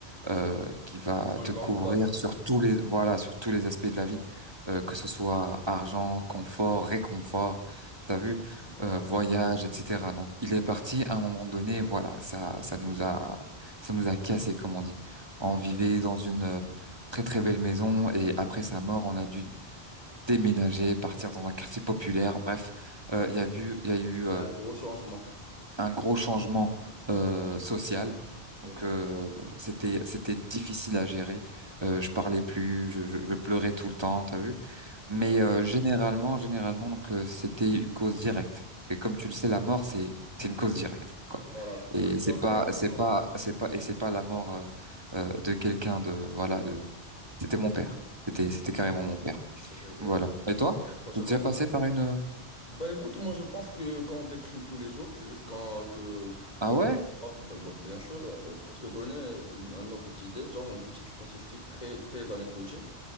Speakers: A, on the right; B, on the left.
A: euh, qui va
B: Qui prend
A: te
B: une grande
A: couvrir
B: place.
A: sur tous les, voilà, sur tous les aspects de la vie, euh,
B: hein.
A: que ce soit argent, confort, réconfort, t'as vu,
B: Mm.
A: euh,
B: Ouais.
A: voyage, etc. Donc il est parti à un moment donné, voilà, ça ça nous a ça nous a cassé, comme on dit.
B: Mm.
A: On vivait
B: Ouais.
A: dans une euh, très très belle maison et après sa mort, on a dû déménager, partir dans un quartier populaire. Bref, euh, il y a vu, il y a eu euh,
B: C'est un gros changement.
A: un gros changement euh, social.
B: Ok.
A: Donc euh, c'était c'était difficile à gérer. Euh, je parlais plus, je, je, je pleurais tout le temps, t'as vu?
B: Mmh,
A: Mais
B: Ouais.
A: euh, généralement, généralement, donc euh, c'était une cause directe. Et comme tu le sais, la mort, c'est c'est une cause directe, quoi.
B: Voilà, tu,
A: Et
B: tu
A: c'est
B: avais
A: pas
B: un
A: c'est
B: peu dans
A: pas
B: cette-
A: c'est pas et c'est pas la mort euh, euh, de quelqu'un de voilà de. C'était mon père. C'était c'était
B: ouais.
A: carrément mon père.
B: C'est-à-dire euh,
A: Voilà. Et
B: un choc
A: toi?
B: très proche
A: T'es
B: à
A: déjà
B: toi.
A: passé par une. euh,
B: Bah écoute, moi je pense que quand on déprime tous les jours, c'est juste quand, que,
A: Ah
B: quand...
A: ouais?
B: oh, bah, bah, bien sûr, euh, pour te donner une- un ordre d'idée, genre une petite statistique très, très anecdotique,